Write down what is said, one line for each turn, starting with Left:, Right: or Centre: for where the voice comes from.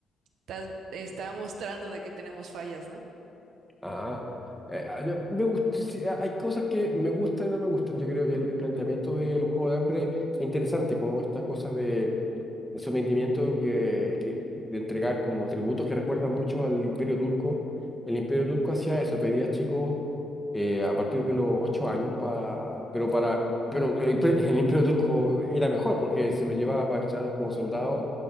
Right: "Tas- está mostrando de que tenemos fallas, ¿no?
Centre: Ah, eh, ah, ya, me gust- sí, ah, hay cosas que me gustan y no me gustan. Yo creo que el planteamiento del juego de hambre es interesante, como esta cosa de, de sometimiento que, que- de entregar como tributos que recuerdan mucho al Imperio Turco. El Imperio Turco hacía eso, pedía a chicos eh, a partir de los ocho años, pa- pero para pero el, imper- el Imperio Turco era mejor porque se lo llevaba para entrenarlos como soldados